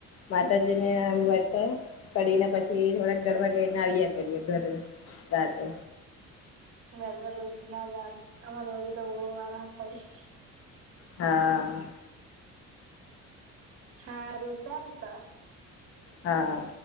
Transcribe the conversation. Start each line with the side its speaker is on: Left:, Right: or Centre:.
Left: માતાજી ને ભટ પડીને પછી થોડાક ગરવા ગઈને આવ્યા કરીએ ઘરે રાતે
Right: મેં ત રોજ ના જામ અમારે રોજે તો બો માર હાથ હોય
Left: હા
Right: હારુ ચાલ તો
Left: હા હા